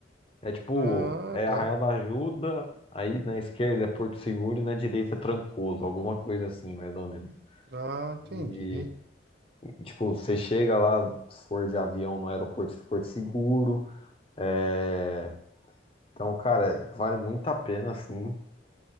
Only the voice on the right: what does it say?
Ah,
tá.
Ah, entendi.